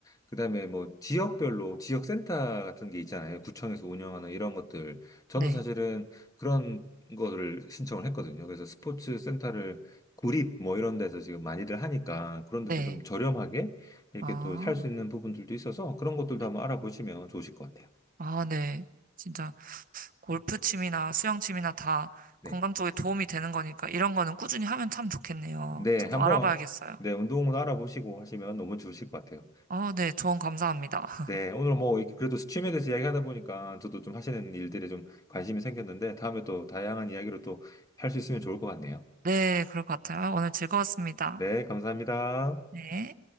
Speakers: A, on the left; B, on the right.
A: 그다음에 뭐 지역별로 지역센터 같은 게 있잖아요. 구청에서 운영하는 이런 것들. 저는
B: 네,
A: 사실은 그런 거를 신청을 했거든요. 그래서 스포츠 센터를 구립 뭐 이런 데서 지금 많이들 하니까 그런 데서
B: 네.
A: 좀 저렴하게 이렇게
B: 아,
A: 또 살 수 있는 부분들도 있어서 그런 것들도
B: 네.
A: 한번 알아보시면 좋으실 것 같아요.
B: 아, 네. 진짜 골프 취미나 수영 취미나 다
A: 네.
B: 건강 쪽에 도움이 되는 거니까 이런 거는 꾸준히 하면 참 좋겠네요.
A: 네.
B: 저도
A: 한번
B: 알아봐야겠어요.
A: 네, 운동을 알아보시고 하시면 너무 좋으실 것 같아요.
B: 아, 네. 조언 감사합니다. <laughs>
A: 네, 오늘 뭐 이렇게 그래도 스팀에 대해서 이야기하다 보니까 저도 좀 하시는 일들에 좀 관심이 생겼는데 다음에 또 다양한 이야기로 또 할 수 있으면 좋을 것 같네요.
B: 네, 그럴 것 같아요. 오늘 즐거웠습니다.
A: 네, 감사합니다.
B: 네.